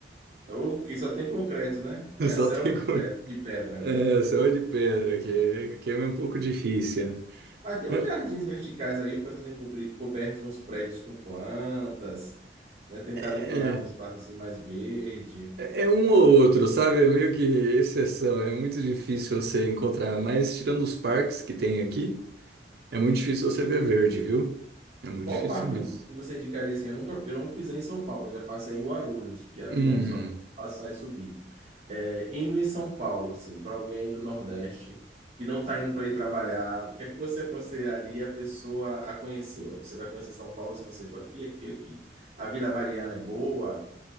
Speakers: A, on the right; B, on the right.
A: Ou que só tem concreto, né? É
B: <laughs> Só
A: a selva
B: tem
A: de
B: co-
A: pre- de pedra.
B: é, só de pedra aqui, que é um pouco difícil.
A: Mas tem uns
B: É,
A: jardins verticais aí, o pessoal tem cobri- coberto uns prédios com plantas, né? Tentado
B: é,
A: criar um espaço assim mais verde.
B: é é um ou outro, sabe? É meio que exceção. É muito difícil você encontrar. Mas tirando os parques que tem aqui, é muito difícil você ver verde, viu? É muito
A: Qual
B: difícil
A: parque
B: mesmo.
A: que você indicaria assim? Eu nunca, eu não pisei em São Paulo, já passei em Guarulhos de avião,
B: Hum.
A: só passar e subir. É, indo em São Paulo, assim, para alguém do Nordeste que não está indo para ir trabalhar, o que é que você aconselharia a pessoa a conhecer? Ó, Você vai conhecer São Paulo se você for aqui, aqui, aqui. A Vila Mariana é boa